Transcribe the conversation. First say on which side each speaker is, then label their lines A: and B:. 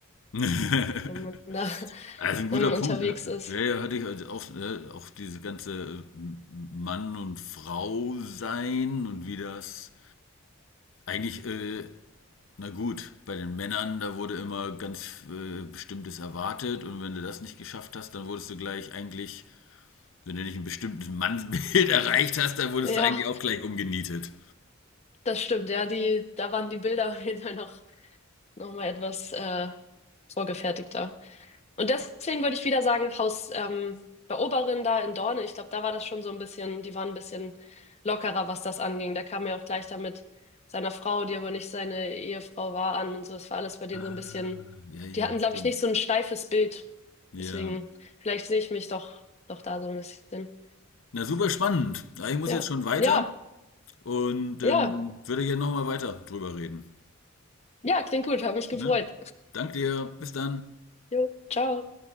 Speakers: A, on the left; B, on the left.
A: <laughs>
B: wenn man da, <laughs>
A: Also ein guter
B: wenn man unterwegs
A: Punkt. Ja,
B: ist.
A: ja, ja, hatte ich also auch, äh, auch diese ganze äh, Mann und Frau sein und wie das eigentlich, äh, na gut, bei den Männern, da wurde immer ganz äh, Bestimmtes erwartet und wenn du das nicht geschafft hast, dann wurdest du gleich eigentlich Wenn du nicht ein bestimmtes Mannsbild <laughs> erreicht hast, dann wurdest
B: Ja,
A: du eigentlich auch gleich umgenietet.
B: das stimmt. Ja, die, da waren die Bilder auf jeden Fall noch, noch mal etwas äh, vorgefertigter. Und deswegen würde ich wieder sagen, Haus ähm, bei Oberin da in Dorne, ich glaube, da war das schon so ein bisschen, die waren ein bisschen lockerer, was das anging. Da kam er auch gleich da mit seiner Frau, die aber nicht seine Ehefrau war, an und so. Es war alles bei denen
A: Ah,
B: so ein bisschen,
A: ja, ja,
B: die hatten, glaube
A: stimmt.
B: ich, nicht so ein steifes Bild.
A: Ja.
B: Deswegen, vielleicht sehe ich mich doch, doch da so ein bisschen.
A: Na, super spannend. Ja, Ich muss
B: Ja,
A: jetzt schon weiter
B: ja,
A: und
B: ja,
A: ähm, würde gerne nochmal weiter drüber reden.
B: ja, klingt gut, habe mich gefreut.
A: Ne? Danke dir. Bis dann.
B: Jo, ciao.